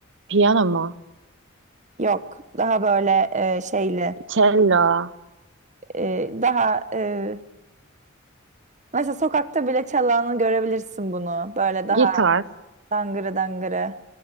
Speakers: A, on the right; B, on the right.
A: piyano mu?
B: Yok daha böyle ee, şeyli
A: Cello,
B: ee, daha ee, mesela sokakta bile çalanı görebilirsin bunu. Böyle
A: gitar,
B: daha Dangırı dangırı